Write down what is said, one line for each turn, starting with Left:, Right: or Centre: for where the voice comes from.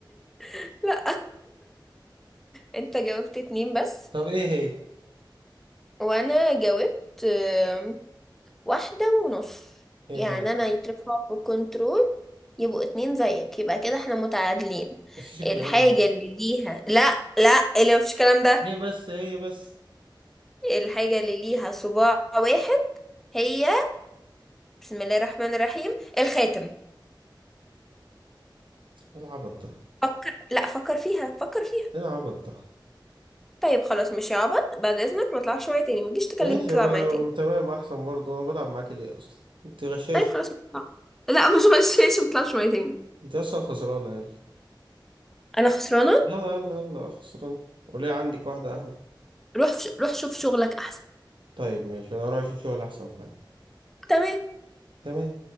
Centre: <laughs> لا انت جاوبت اتنين بس
Right: طب ايه هي؟
Centre: وانا جاوبت آم، واحدة ونص
Right: ايه
Centre: يعني
Right: هي؟
Centre: انا يترفع في الكنترول يبقوا اتنين زيك يبقى كده احنا متعادلين
Right: مفيش الكلام
Centre: الحاجة
Right: ده
Centre: اللي ليها لا لا اللي مفيش الكلام ده
Right: ايه بس هي بس
Centre: الحاجة اللي ليها صباع واحد هي بسم الله الرحمن الرحيم الخاتم
Right: إيه العبط ده
Centre: فكر لا فكر فيها فكر فيها
Right: ايه العبط ده
Centre: طيب خلاص مش هعبط بعد اذنك ما تطلعش معايا تاني ما تجيش تكلمني
Right: ماشي
Centre: تطلع
Right: ولا
Centre: معايا تاني
Right: تمام احسن برضه انا بلعب معاك ليه اصلا انت غشاش
Centre: طيب خلاص مطلع. لا مش غشاش ما تطلعش معايا تاني بقى.
Right: انت اصلا خسرانة يلا
Centre: انا خسرانه
Right: يلا يلا يلا خسرانة وليه عندك واحدة قهوة
Centre: روح في... روح شوف شغلك احسن
Right: طيب ماشي انا اروح اشوف شغل احسن فعلا
Centre: تمام
Right: تمام